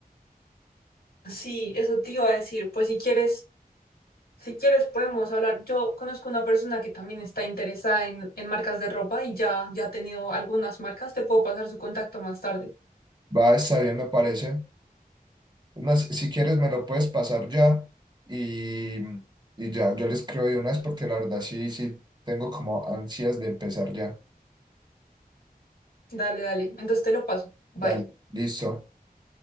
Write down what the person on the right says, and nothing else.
Va, está bien, me parece. Es más, si quieres me lo puedes pasar ya y, y ya, yo les creo de una vez porque la verdad sí, sí, tengo como ansias de empezar ya.
Dale, listo.